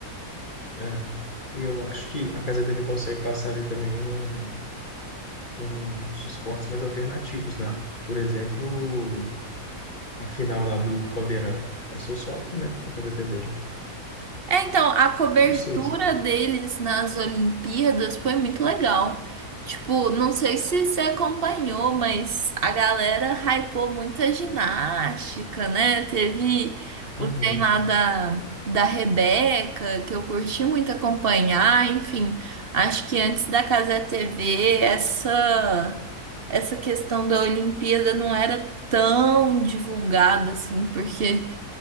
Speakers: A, on the left; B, on the right.
A: é. E eu acho que a Casa TV consegue passar ali também num- uns esportes mais alternativos, né? Por exemplo, a final lá do Caldeirão. Passou só, né, na Casa TV.
B: É, então, a cobertura
A: Não sei.
B: deles nas Olimpíadas foi muito legal. Tipo, não sei se você acompanhou, mas a galera hypou muita ginástica, né? Teve o
A: Uhum.
B: trem lá da, da Rebeca, que eu curti muito acompanhar. Enfim, acho que antes da Cazé TV, essa, essa questão da Olimpíada não era tão divulgada assim, porque.